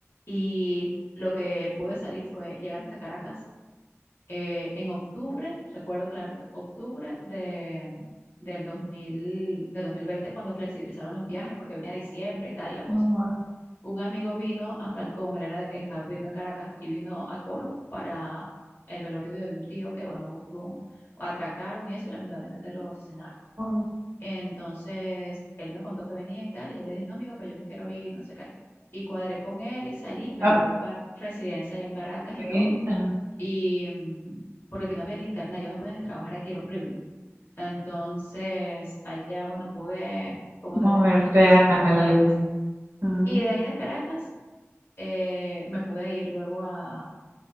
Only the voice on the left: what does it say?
Y lo que pude salir fue llegar hasta Caracas eh, en octubre, recuerdo clarito, octubre de, del 2000, del 2020 cuando flexibilizaron los viajes, porque venía diciembre y tal, y la cosa.
Un amigo vino a Falcón, él era, estaba viviendo en Caracas, y vino a Coro para el velorio de un tío que, bueno, tuvo un- atracaron y eso, y lamentablemente lo asesinaron.
Entonces, él me contó que venía y tal, y yo le dije, no, amigo, que yo me quiero ir, no sé qué. Y cuadré con él y salí, me
ayudó a buscar residencia ahí en Caracas y
todo, y mm, porque aquí no había ni internet, yo no podía ni trabajar aquí, era horrible. Entonces, allá, bueno, pude como tener
un respiro ese
tiempo en
Caracas.
Y de ahí de Caracas eh, me pude ir luego a,